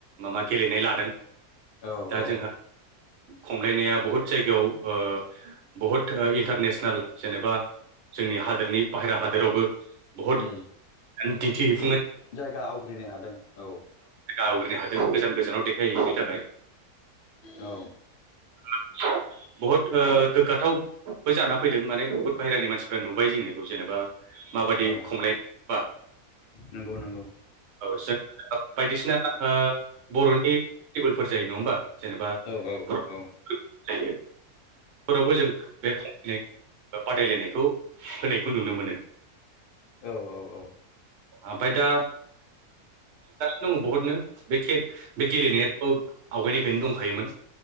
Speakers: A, on the right; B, on the left.
A: माबा गेलेनाय लादों।
B: औ
A: दा
B: औ।
A: जोंहा खमलायनाया बहुत जायगायाव ओ बहुत ओ इन्टारनेसनेल जेनेबा। जोंनि हादोरनि बाहेरा हादोरावबो बहुद
B: उम
A: एमटिटिब।
B: जायगा आवग्रिनो हादों औ।
A: आवग्रिनो हादों गोजान गोजानाव देखायहैैनो थाखाय।
B: उम औ।
A: <inaudible> बहुत गोग्गाथावब जाना फैदों माने बुहुत बायहेरानि मानसिफ्रा नुबाय जोंनिखौ जेनेबा। माबादि
B: औ
A: खमलायद-बा।
B: नंगौ नंगौ
A: औ जों बायदिसिना ओ बर'नि फेस्टिभेलफोर जायो नङा होमबा। जेनेबा
B: औ औ
A: <unintelligible>
B: औ
A: जायो। फोरावबो जों बे फनाय बादायलायनायखौ होनायखौ नुनो मोनो।
B: औ औ
A: आमफाय दा दंङ बहुतनो बे बे गेलेनायाथ' आवगायनिफ्रायनो दंखायोमोन।